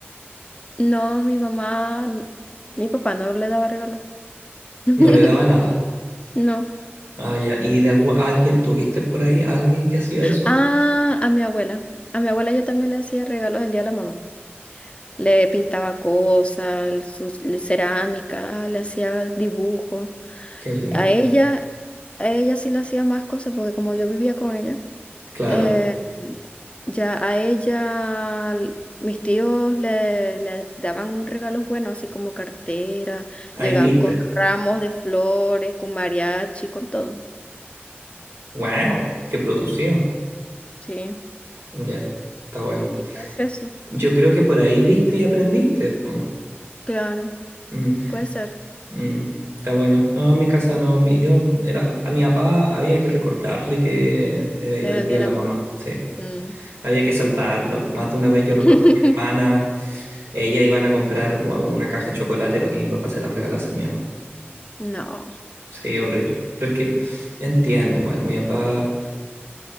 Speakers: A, on the left; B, on the right.
A: No, mi mamá, n- mi papá no le daba regalo. <laughs>
B: No le daba nada.
A: No.
B: Ah, ya. ¿Y de algu- alguien tuviste por ahí, alguien que hacía eso?
A: Ah, a mi abuela. A mi abuela yo también le hacía regalos el día de la mamá. Le pintaba cosas, sus- le- cerámica, le hacía dibujos.
B: Qué lindo.
A: A ella, a ella sí le hacía más cosas porque como yo vivía con ella,
B: Claro.
A: eh, ya a ella l- mis tíos le, le daban regalos buenos, así como cartera,
B: Ahí
A: llegaban
B: viste.
A: con ramos de flores, con mariachi, con todo.
B: ¡Wow! ¡Qué producido!
A: Sí,
B: Ya. Está bueno.
A: quizás es eso.
B: Yo creo que por ahí viste y aprendiste. po.
A: Claro,
B: Mm,
A: puede ser.
B: mm, está bueno. No, en mi casa no. mi- yo era, a mi papá había que recordarle que era iba
A: Era
B: el
A: el
B: día
A: día
B: de
A: de
B: la
A: la
B: mamá.
A: mamá.
B: Sí.
A: Mm.
B: Había que salvarlo. Más de una vez yo
A: <laughs>
B: recuerdo a mi hermana. Ella iban a comprar una caja de chocolate para que mi papá se la regalase a mi mamá.
A: No,
B: Sí, horrible. Pero es que entiendo igual, mi papá